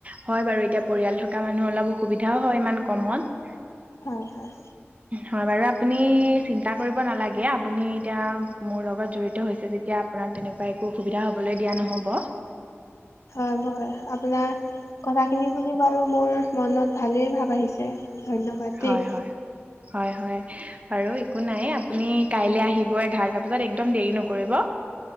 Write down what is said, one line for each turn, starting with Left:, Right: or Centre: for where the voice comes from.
Right: হয়, বাৰু এতিয়া পৰিয়াল থকা মানুহৰ অলপ অসুবিধায়ো হয়, ইমান কমত।
Left: হয়, হয়।
Right: হয় বাৰু আপুনি চিন্তা কৰিব নালাগে, আপুনি এতিয়া মোৰ লগত জড়িত হৈছে যেতিয়া আপোনাক তেনেকুৱা এক একো অসুবিধা হ'বলৈ দিয়া নহ'ব।
Left: সেইটো হয়, আপোনাৰ কথা খিনি শুনি বাৰু মোৰ মনত ভালেই ভাব আহিছে। ধন্যবাদ
Right: হয়
Left: দেই।
Right: হয় হয়, হয় বাৰু একো নাই, আপুনি কাইলৈ আহিব এঘাৰটা বজাত একদম দেৰি নকৰিব।